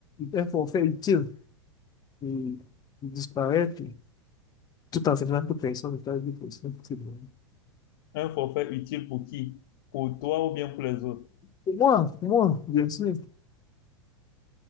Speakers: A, on the left (about 25°); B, on the left (about 50°).
A: un forfait utile, de, de disparaître. tout en sachant que personne n'est avec personne. c'est vrai.
B: un forfait utile pour qui? Pour toi ou bien pour les autres?
A: Pour moi, pour moi, bien sûr.